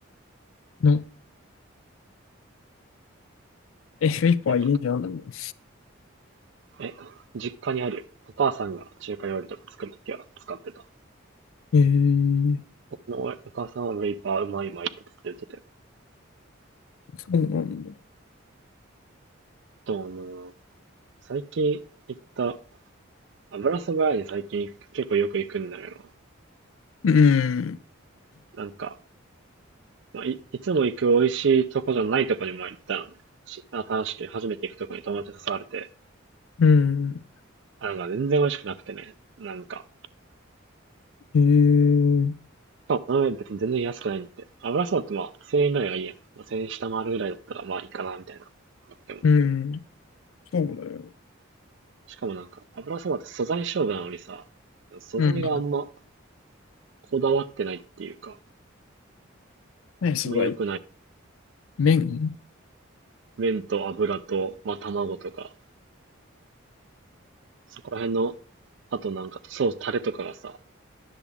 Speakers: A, on the left (about 75°); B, on the right (about 60°).
A: な、え、ウェイパー入れてあんだもん。
B: いや、え、実家にあるよ。お母さんが中華料理とか作るときは使ってた。
A: えー、
B: 僕のお母さんはウェイパーうまいうまいってっ言ってて。
A: そうなんだ。
B: と、あの最近行った、油そば屋に最近結構よく行くんだけど、
A: うーん。
B: なんか、まあ、い、いつも行く美味しいとこじゃないとこにも行ったのね。し新しく初めて行くとこに友達に誘われて、
A: うん。
B: あ、なんか全然美味しくなくてね、なんか、
A: えー、
B: かも別に全然安くないんで。油そばってまあ、1000円ぐらいがいいやん。まあ1000円下回るぐらいだったらまあいいかな、みたいな。でも、
A: うん。そうだよ。
B: しかもなんか、油そばって素材勝負なのにさ、素材があんま
A: うん。
B: こだわってないっていうか、
A: 何素材
B: あんま良くない。
A: 麺
B: 麺と油と、まあ卵とか、そこら辺の、あとなんか、そう、タレとかがさ、